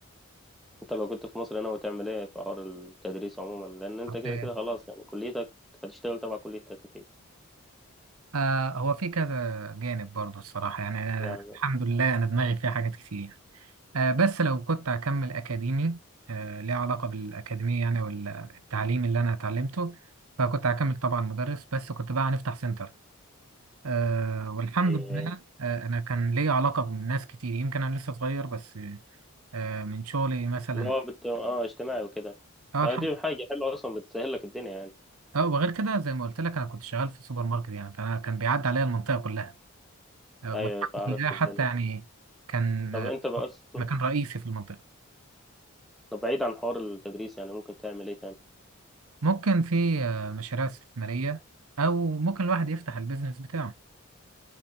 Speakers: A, in the centre; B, on the right.
A: أنت لو كنت في مصر هنا هتعمل إيه في حوار التدريس عموما لأن أنت
B: آه،
A: كده كده خلاص يعني كليتك هتشتغل تبع كليتك أكيد
B: آه، هو في كذا جانب برضه الصراحه يعني أنا
A: يعني
B: الحمد لله انا دماغي فيها حاجات كتير آه، بس لو كنت هكمل أكاديمي آه، ليه علاقة بالأكاديمية يعني والتعليم اللي أنا اتعلمته فكنت هكمل طبعا مدرس بس كنت بقى هنفتح سنتر آه، والحمد
A: أيوة.
B: لله آه، أنا كان ليا علاقة بناس كتير يمكن أنا لسه صغير بس آه، من شغلي مثلا
A: اللي هو بت... آه اجتماعي وكده
B: اه
A: آه،
B: الحمد
A: دي حاجة حلوة أصلا بتسهل لك الدنيا يعني
B: اه وغير كده زي ما قلت لك انا كنت شغال في سوبر ماركت يعني فانا كان بيعدي عليا المنطقه كلها آه،
A: أيوة
B: والحمد
A: عرفت
B: لله
A: الدنيا
B: حتى يعني كان
A: طب
B: آه،
A: أنت بقى أصلا
B: مكان رئيسي في المنطقه
A: طب بعيد عن حوار التدريس يعني ممكن تعمل إيه تاني
B: ممكن في آه، مشاريع استثماريه او ممكن الواحد يفتح البيزنس بتاعه